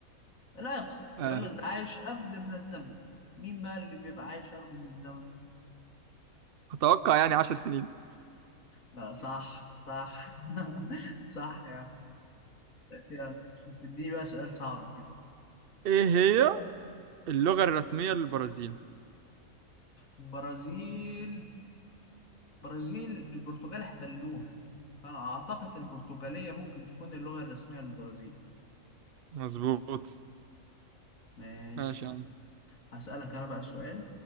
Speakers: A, on the left; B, on the right.
A: العقد
B: آه.
A: بيقول لك ده عايش عقد من الزمن مين بقى اللي بيبقى عايش عقد من الزمن
B: اتوقع يعني عشر سنين
A: لا صح صح <laughs> صح يا عم يلا اديني بقى سؤال صعب كده
B: ايه هي اللغة الرسمية للبرازيل
A: برازيل برازيل البرتغال احتلوها فانا اعتقد البرتغالية ممكن تكون اللغة الرسمية للبرازيل
B: مظبوط
A: ماشي
B: ماشي يا عم
A: هسألك أنا بقى سؤال